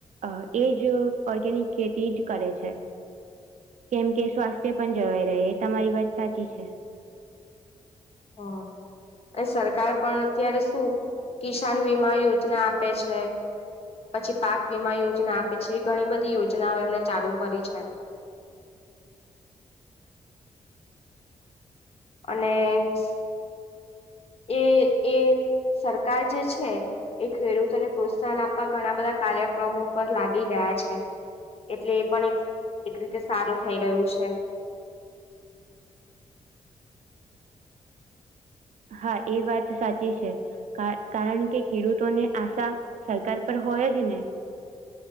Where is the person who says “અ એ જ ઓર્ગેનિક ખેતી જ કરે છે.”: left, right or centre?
Right